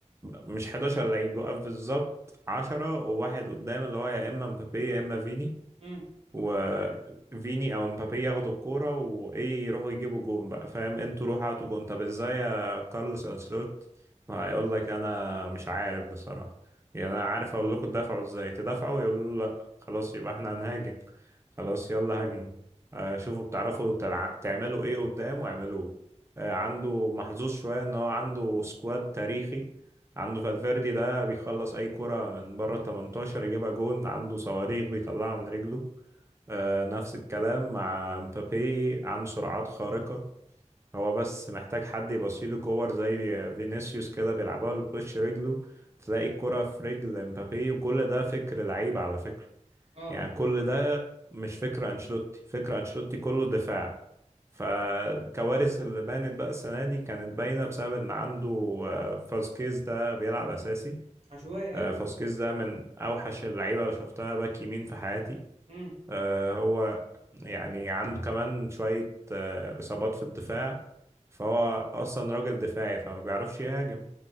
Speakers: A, on the right (about 20°); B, on the right (about 55°).
A: مش 11 لعيب بيوقف بالظبط 10 وواحد قدام اللي هو يا اما مبابي يا اما فيني
B: امم
A: وفيني او مبابي ياخدوا الكوره وايه يروحوا يجيبوا جون بقى فاهم انتوا روحوا هاتوا جون طب ازاي يا كارلوس انسلوت هيقول لك انا مش عارف بصراحه يعني انا عارف اقول لكم تدافعوا ازاي تدافعوا يقولوا له لا خلاص يبقى احنا هنهاجم خلاص يلا هاجموا آه، شوفوا بتعرفوا تلع... تعملوا ايه قدام واعملوه آه، عنده محظوظ شويه ان هو عنده سكواد تاريخي عنده فالفيردي ده بيخلص اي كرة من بره ال 18 يجيبها جون عنده صواريخ بيطلعها من رجله آه، نفس الكلام مع مبابي عنده سرعات خارقة هو بس محتاج حد يبصيله كور زي فينيسيوس كده بيلعبها بوش رجله تلاقي الكرة في رجل مبابي وكل ده فكر لعيب على فكرة
B: اه
A: يعني كل ده مش فكر أنشيلوتي فكر أنشيلوتي كله دفاع فالكوارث اللي بانت بقى السنة دي كانت باينة بسبب إن عنده آه، فاسكيز ده بيلعب أساسي
B: عشوائي
A: آه،
B: قوي
A: فاسكيز ده من أوحش اللعيبة اللي شفتها باك يمين في حياتي
B: امم
A: آه، هو يعني عنده كمان شوية آه، إصابات في الدفاع فهو أصلا راجل دفاعي فما بيعرفش يهاجم